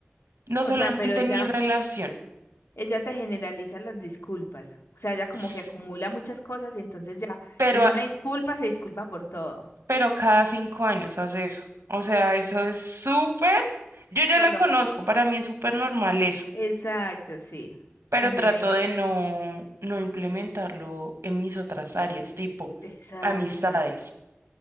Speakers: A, on the right; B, on the left.
A: no
B: O
A: solamente
B: sea, pero ella,
A: en mi relación,
B: ella te generaliza las disculpas. O sea, ella como
A: s-
B: que acumula muchas cosas y entonces ya
A: pero,
B: en
A: a-
B: una disculpa se disculpa por todo.
A: pero cada cinco años hace eso. O sea, eso es súper, yo ya
B: O sea,
A: la
B: lo
A: conozco,
B: acu-
A: para mí es súper normal eso.
B: Exacto, sí.
A: pero
B: También
A: trato
B: hay.
A: de no, no implementarlo en mis otras áreas, tipo
B: Exacto.
A: amistades,